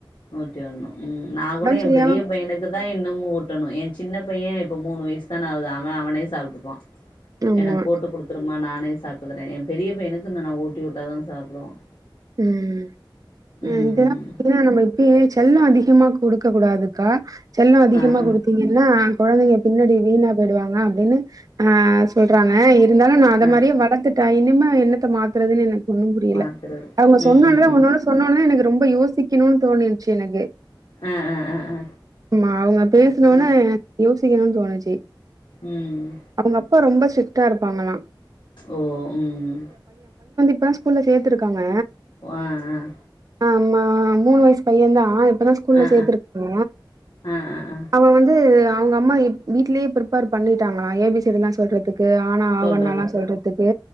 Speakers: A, on the left; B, on the right.
A: ஊட்டி விடணும் ஆஹ் நா கூட என்
B: சரியாம
A: பெரிய பையனுக்கு தான் இன்னும் ஊட்டனும் ஏன் சின்ன ஏன் இப்ப மூணு வயசு தானே ஆகுது அவன் அவனே சாப்டுப்பான்
B: ஆமா
A: எனக்கு போட்டு கொடுத்துருமா நானே சாப்டுகிறேன் என் பெரிய பையனுக்கு நான் ஊட்டி விட்டா தான் சாப்பிடுவான்
B: ம் <unintelligible>
A: ம்
B: இப்பவே செல்லம் அதிகமா கொடுக்க கூடாது அக்கா செல்லம் அதிகமா
A: ஆ ஆ
B: கொடுத்தீங்கன்னா குழந்தைங்க பின்னாடி வீணா போயிடுவாங்க அப்படின்னு ஆஹ் சொல்றாங்க இருந்தாலும் நான் அந்த
A: ஆ ஆ
B: மாதிரியே வளர்த்துட்ட இனிமே என்னத்த மாத்துறது எனக்கு ஒன்னும் புரியல
A: மாத்துறது
B: அவங்க
A: ம்
B: சொன்னோனதா
A: ம் ம்
B: ஒன்னு ஒன்னு சொன்னோனதா எனக்கு ரொம்ப யோசிக்கணும்னு தோனிருச்சி எனக்கு
A: ஆ ஆ ஆ ஆ
B: ஆமா அவங்க பேசினோன
A: ஆ
B: யோசிச்சி சீக்கிரம் தோணுச்சு
A: ம்
B: அவங்க அப்பா ரொம்ப ஸ் ஸ்டிக்டா இருப்பாங்களாம்
A: ஓ உம்
B: இப்ப ஸ்கூல்ல சேர்த்திருக்காங்க
A: ஆஹ் ஆஹ்
B: ஆமா மூணு வயசு பையன் தான் இப்ப தான் ஸ்கூல்ல
A: ஆ ஆ
B: சேர்த்திருக்கா
A: ஆ ஆ ஆ
B: அவன் வந்து அவங்க அம்மா வீட்லேயே பிரிப்பர் பண்ணிட்டாங்களா ஏபிசிடி எல்லாம் சொல்றதுக்கு அனா ஆவன்
A: சொல்றதுக்கு
B: எல்லாம் சொல்றதுக்கு